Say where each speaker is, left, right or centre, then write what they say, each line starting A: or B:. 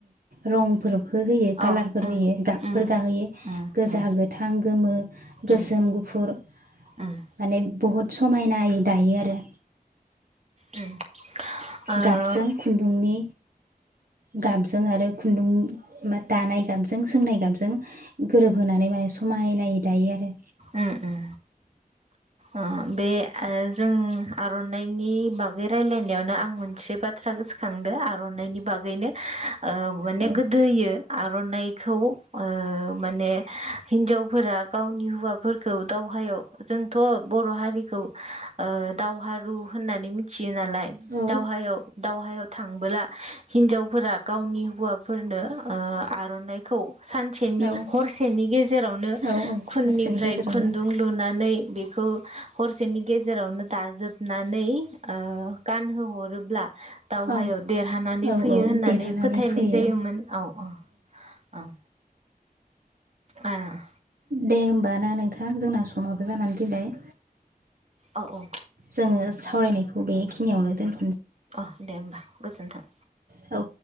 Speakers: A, on the right; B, on the right.
A: रं फोर हो होयो
B: अ
A: कालारफोर
B: उम
A: होयो गाबफोर
B: उम
A: गाहोयो
B: उम
A: गोजा
B: उम
A: गोथां गोमो
B: उम
A: गोसोम गुफुर
B: उम
A: माने बहुद। समायनायै दायो आरो
B: उम ओ
A: गाबजों खुन्दुंनि गाबजों आरो खुन्दुं बा दानाय गाबजों सोंनाय गाबजों गोरोबहोनानै माने समायनायै नायो दायो आरो
B: उम उम ओ बे ओ जों आरनाइनि बागै रायलायनायावनो आं मोनसे बाथ्रा गोसोखांदो आरनाइनि बागैनो ओ माने
A: औ
B: गोदोयो आरनाइ खौ ओ माने हिनजावफोरा गावनि हौवा फोरखौ दावहायाव जोंथ बर हारिखौ ओ दावहारु होननानै मिथि योनालाय
A: औ
B: दावहायाव दावहायाव थांबोला हिनजावफोरा गावनि हौवाफोरनो ओ आरनाइखौ सानसेनि
A: औ
B: हरसेनि गेजेरावनो
A: औ औ
B: खुननि
A: हरसेनि
B: फ्राय
A: गेजेरावनो
B: खुन्दुं लुनानै बेखौ हरसेनि गेजेरावनो दाजोबनानै ओ गानहोहरोब्ला दावहायाव
A: औ
B: देरहानानै
A: औ
B: फैयो
A: औ
B: होननानै
A: देरहानानै
B: फोथायनाय
A: फैयो
B: जायोमोन औ औ औ आह
A: दे होमबा ना नोंथां जोंना समाबो जानानै फैबाय।
B: औ औ
A: जोङो सावरायनायखौ बेखिनियावनो दोनथ'
B: अह दे होमबा गोजोन्थों
A: औ